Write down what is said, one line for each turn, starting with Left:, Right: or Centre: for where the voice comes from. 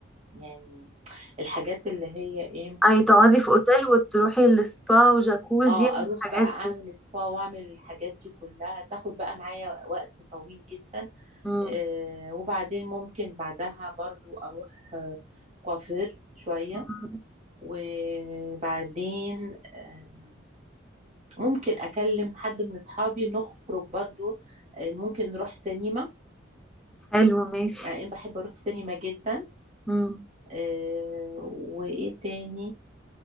Right: يعني الحاجات اللي هي ايه
Centre: اي تقعدي في اوتيل وتروحي للسبا وجاكوزي
Right: اه
Centre: والحاجات
Right: اروح بقى اعمل
Centre: دي
Right: سبا واعمل الحاجات دي كلها تاخد بقى معايا وقت طويل جدا
Centre: امم
Right: آه وبعدين ممكن بعدها برضو اروح آه، كوافير شوية
Centre: مم.
Right: وبعدين آه، ممكن اكلم حد من اصحابي نخرج برضو آه، ممكن نروح سينما
Centre: حلو ماشي
Right: آه، انا بحب اروح سينما جدا
Centre: امم
Right: آه، وايه تاني